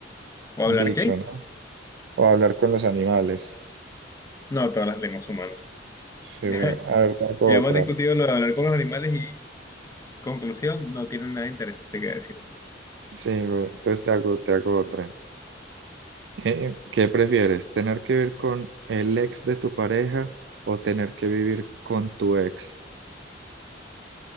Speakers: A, on the left (about 15°); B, on the right (about 70°).
A: ¿o
B: dicho,
A: hablar qué?
B: ¿no? O hablar con los animales.
A: No, todas las lenguas humanas. <laughs>
B: Sí,
A: Ya,
B: bueno, a ver, te hago
A: ya
B: otra.
A: hemos discutido lo de hablar con los animales y Conclusión, no tienen nada interesante que decir.
B: Sí, bueno, entonces te hago, te hago otra. Eh, ¿qué prefieres? ¿Tener que vivir con el ex de tu pareja o tener que vivir con tu ex?